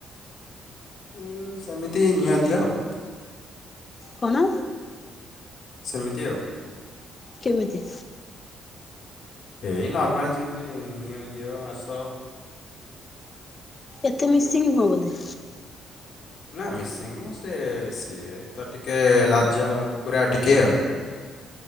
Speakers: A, on the left; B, on the left.
A: ହୁଁ ସେମିତି ନିଆ ଦିଅ ଆଉ।
B: କଣ?
A: ସେମିତି ଆଉ।
B: କେମିତି?
A: ଏଇ ନର୍ମାଲ ଯେମିତି ନିଅ ଦିଅ ଆସ।
B: ଏତେ ମିସିଙ୍ଗ ନୁହଁ ବୋଧେ?
A: ନା ମିସିଙ୍ଗ ନୁହଁ ସେ ସିଏ ତ ଟିକେ ଲାଜ କୁରା ଟିକିଏ ଆଉ।